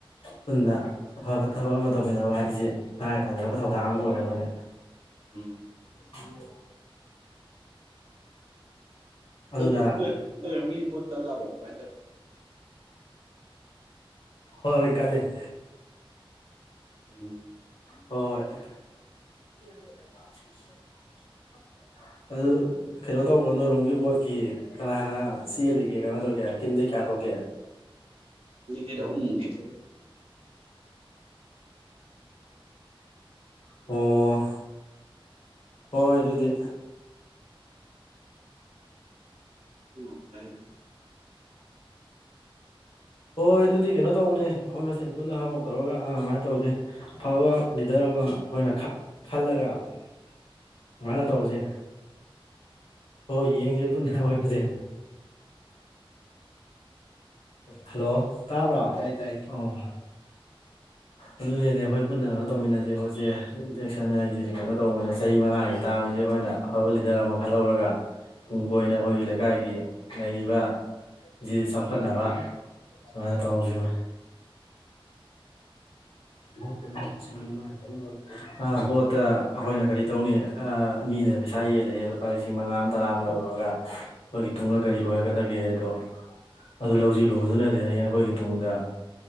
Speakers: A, on the left; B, on the right.
A: ꯄꯨꯟꯅ ꯑꯐꯕ ꯊꯕꯛ ꯑꯃ ꯇꯧꯃꯤꯟꯅꯕ ꯍꯥꯏꯕꯗꯤ ꯇꯉꯥꯏꯐꯗꯔꯕ ꯊꯧꯗꯥꯡ ꯑꯃ ꯑꯣꯏꯔꯕꯅꯦ
B: ꯎꯝ
A: <inaudible> ꯑꯗꯨꯅ
B: ꯅꯣꯏꯗꯤ ꯅꯣꯏ ꯅꯣꯏꯔꯣꯝꯒꯤ ꯚꯣꯠ ꯀꯜꯂꯕꯣ ꯀꯃꯥꯏ ꯇꯧꯔꯤ
A: ꯍꯣꯏ ꯍꯣꯏ ꯀꯜꯂꯦ
B: ꯎꯝ
A: ꯍꯣꯏ ꯍꯣꯏ <inaudible> ꯑꯗꯨ ꯀꯩꯅꯣ ꯇꯧꯕ꯭ꯔꯣ ꯅꯣꯏꯔꯣꯝꯒꯤ ꯕꯣꯠꯀꯤ ꯀꯅꯥ ꯀꯅꯥ ꯆꯦꯜꯂꯤꯒꯦ ꯀꯩꯅꯣ ꯇꯧꯔꯤꯒꯦ ꯀꯦꯟꯗꯦꯠ ꯀꯌꯥ ꯊꯣꯛꯀꯦ
B: ꯀꯦꯟꯗꯤꯗꯦꯠ ꯑꯍꯨꯝ ꯃꯨꯛꯇꯤ ꯊꯣꯛꯑꯦ
A: ꯑꯣ ꯍꯣꯏ ꯍꯣꯏ ꯑꯗꯨꯗꯤ
B: <unintelligible>
A: ꯍꯣꯏ ꯑꯗꯨꯗꯤ ꯀꯩꯅꯣ ꯇꯧꯕꯅꯦ ꯑꯩꯈꯣꯏ ꯃꯁꯦꯟ ꯄꯨꯟꯅ ꯍꯧ ꯍꯧ ꯇꯧꯔꯒ ꯑꯥ ꯑꯗꯨꯃꯥꯏ ꯇꯧꯔꯖꯦ ꯑꯐꯕ ꯂꯤꯗꯔ ꯑꯃ ꯑꯩꯈꯣꯏꯅ ꯈꯜ ꯈꯜꯂꯒ ꯑꯗꯨꯃꯥꯏꯅ ꯇꯧꯕꯁꯦ ꯍꯣꯏ ꯌꯦꯡꯖꯦ ꯄꯨꯟꯅ ꯍꯣꯠꯅꯖꯦ ꯍꯜꯂꯣ ꯇꯥꯕ꯭ꯔꯣ ꯇꯥꯏ ꯇꯥꯏ ꯑꯣ ꯑꯗꯨꯅꯤꯅꯦ ꯑꯩꯈꯣꯏ ꯄꯨꯟꯅ ꯀꯩꯅꯣ ꯇꯧꯃꯤꯟꯅꯖꯦ ꯈꯣꯠꯁꯦ ꯏꯂꯦꯛꯁꯟ ꯍꯥꯏꯖꯤꯗꯤ ꯀꯩꯅꯣ ꯇꯧꯕꯅꯦ ꯆꯍꯤ ꯃꯉꯥꯒꯤ ꯇꯥꯝꯖꯤꯗꯤ ꯑꯩꯈꯣꯏꯅ ꯑꯐꯕ ꯂꯤꯗꯔ ꯑꯃ ꯈꯜꯍꯧꯔꯒ ꯇꯨꯡ ꯀꯣꯏꯅ ꯑꯩꯈꯣꯏꯒꯤ ꯂꯩꯀꯥꯏꯒꯤ ꯂꯩꯔꯤꯕ ꯖꯤ ꯆꯥꯎꯈꯠꯅꯕ ꯑꯗꯨꯃꯥꯏꯅ ꯇꯧꯍꯧꯖꯦꯕ ꯚꯣꯠꯇ <unintelligible> ꯑꯥ ꯕꯣꯠꯇ ꯑꯩꯈꯣꯏꯅ ꯀꯔꯤ ꯇꯧꯅꯤ ꯑꯥ ꯃꯤꯅ ꯄꯩꯁꯥ ꯌꯦꯜꯂꯛꯑꯦ ꯂꯨꯄꯥ ꯂꯤꯁ ꯁꯤꯡ ꯃꯉꯥ ꯑꯝ ꯇꯔꯥ ꯑꯃ ꯂꯧꯔꯨꯔꯒ ꯑꯩꯈꯣꯏꯒꯤ ꯇꯨꯡꯗ ꯀꯔꯤ ꯑꯣꯏꯔꯛꯀꯗꯒꯦ ꯑꯗꯣ ꯑꯗꯨ ꯂꯧꯖꯤꯜꯂꯨꯕꯗꯨꯅꯗꯤ ꯍꯌꯦꯡ ꯑꯈꯣꯏꯒꯤ ꯇꯨꯡꯗ